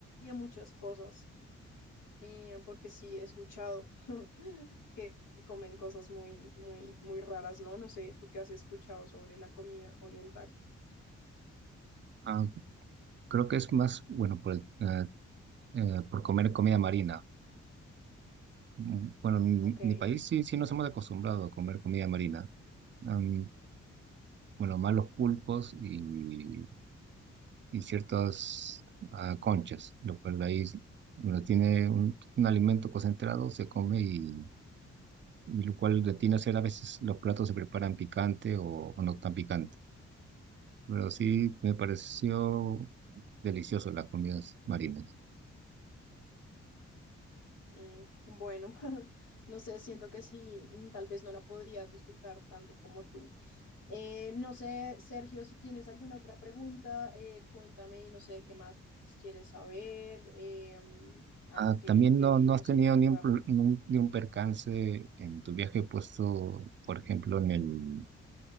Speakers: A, on the left; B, on the right.
A: muchas cosas eh, porque sí he escuchado <laughs> que comen cosas muy, muy, muy raras, ¿no? No sé, ¿tú qué has escuchado sobre la comida oriental?
B: Ah, Creo que es más, bueno, por, el- eh, eh, por comer comida marina. Mm, Bueno, en
A: Ok,
B: mi, mi país sí, sí nos hemos acostumbrado a comer comida marina. Am, bueno, más los pulpos y, y ciertas ah, conchas, lo cual ahí es- donde tiene un, un alimento concentrado se come y, y lo cual de tiene a ser a veces los platos se preparan picante o, o no tan picante. Pero sí me pareció delicioso las comidas marinas.
A: mm, bueno, <laughs> no sé, siento que sí, mm, tal vez no la podría disfrutar tanto como tú. Eh, no sé, Sergio, si tienes alguna otra pregunta, eh, cuéntame, no sé, qué más quieres saber, Eh, mm, algo
B: Ah,
A: que,
B: también
A: que,
B: no, no
A: no
B: has tenido
A: sé, que te
B: ni
A: pueda
B: un, pro-
A: aportar.
B: ni un, ni un percance en tu viaje puesto, por ejemplo, en el,